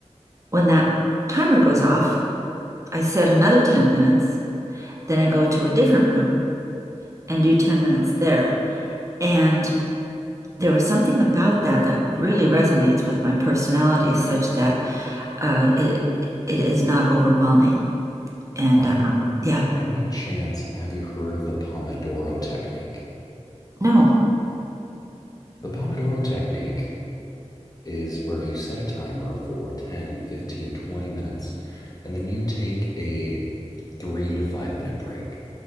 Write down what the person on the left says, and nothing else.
By
any chance, have you heard of the Pomodoro technique?
The Pomodoro technique is where you set a timer for 10, 15, twenty minutes, and then you take a three to five minute break.